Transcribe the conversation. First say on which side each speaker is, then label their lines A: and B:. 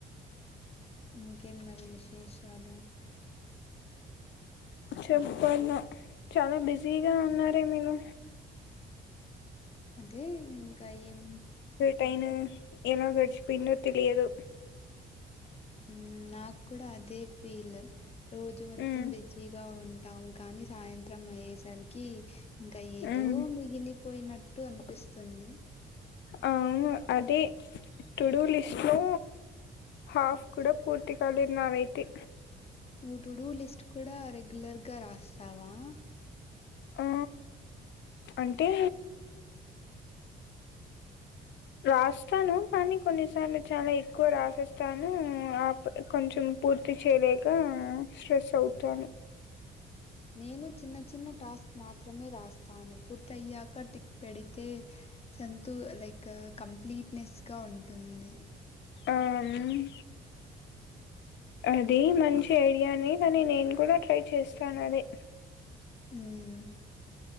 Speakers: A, on the left; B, on the left.
A: ఇంకేం మరి విశేషాలు
B: చెప్పల చాలా బిజీగా ఉన్నారే మీరు
A: అదే ఇంకా ఏం
B: టైను ఎలా గడిచిపోయిందో తెలియదు
A: హ్మ్ నాకు కూడా అదే ఫీల్ రోజు మొత్తం
B: ఉమ్
A: బిజీగా ఉన్ టాం కానీ సాయంత్రం అయ్యేసరికి ఇంకా ఏదో
B: ఉమ్
A: మిగిలి పోయినట్టు అనిపిస్తుంది
B: అవును అదే టుడూ లిస్ట్ లో హాఫ్ కూడా పూర్తి కాలేదు నావైతే
A: నువ్ టుడు లిస్ట్ కూడా రెగ్యులర్ గా రాస్తావా
B: ఆ అంటే రాస్తాను కానీ కొన్నిసార్లు చాలా ఎక్కువ రాసేస్తాను ఆ కొంచెం పూర్తి చేయలేక స్ట్రెస్ అవుతాను
A: నేను చిన్న చిన్న టాస్క్ మాత్రమే రాస్తాను పూర్తి అయ్యాక టిక్ పెడితే సంతు లైక్ కంప్లీట్నెస్ గా ఉంటుంది
B: ఆ హ్మ్ అది మంచి ఐడియానే కాని నేను కూడా ట్రై చేస్తాను అదే
A: హ్మ్